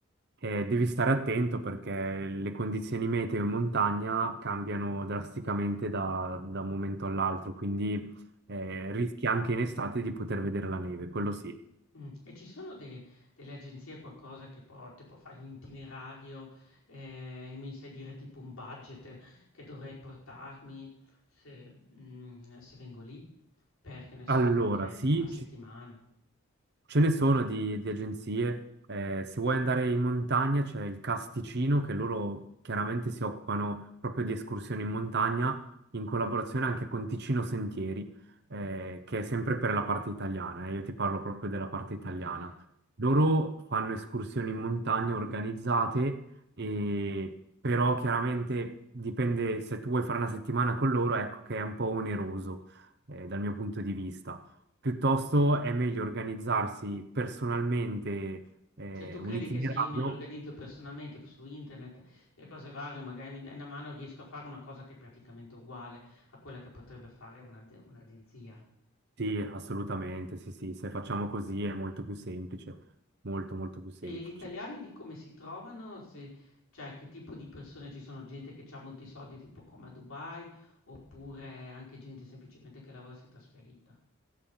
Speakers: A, on the right; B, on the left.
A: Eh, devi stare attento perché le condizioni meteo in montagna cambiano drasticamente da, da un momento all'altro, quindi eh, rischi anche in estate di poter vedere la neve, quello sì. Eh,
B: Mh, e ci sono de delle agenzie, qualcosa che può tipo fai un itinerario, ehm, e mi sai dire tipo un budget che dovrei portarmi se mhmm, se vengo lì? Per, che ne so,
A: Allora,
B: qualche
A: sì,
B: per una settimana,
A: ci Ce ne sono di, di agenzie, eh, se vuoi andare in montagna c'è il Casticino che loro chiaramente si occupano proprio di escursioni in montagna in collaborazione anche con Ticino Sentieri, eh, che è sempre per la parte italiana, eh, io ti parlo proprio della parte italiana.
B: okay?
A: Loro fanno escursioni in montagna organizzate, e, però chiaramente dipende se tu vuoi fare una settimana con loro, ecco che è un po' oneroso, eh, dal mio punto di vista. Piuttosto è meglio organizzarsi personalmente eh,
B: Cioè tu
A: un
B: credi
A: itinerario.
B: che se io mi riorganizzo personalmente su internet e cose varie, magari mi dai una mano, riesco a fare una cosa che è praticamente uguale a quella che potrebbe fare un'aze un'agenzia?
A: Sì, assolutamente, sì, sì, se facciamo così è molto più semplice, molto, molto più semplice.
B: E gli italiani lì come si trovano? Se cioè che tipo di persone ci sono? Gente che c'ha molti soldi tipo come a Dubai oppure anche gente semplicemente che lavora e si è trasferita?